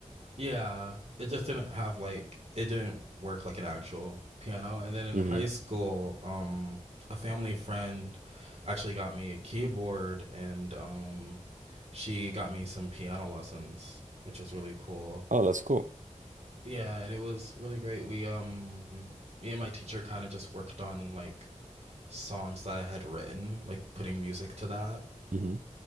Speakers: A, on the right (about 55°); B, on the right (about 80°).
A: Yeah, it just didn't have like it didn't work like an actual piano. And then in
B: hmm
A: high school, um, a family friend actually got me a keyboard, and um, she got me some piano lessons, which was really cool.
B: Oh, that's cool.
A: Yeah, and it was really great. We um, me and my teacher kind of just worked on like songs that I had written, like putting music to that
B: hmm